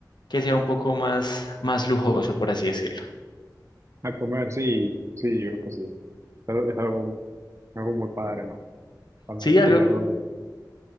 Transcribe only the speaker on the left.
que sea un poco más, más lujoso, por así decirlo.
Sí,
algo,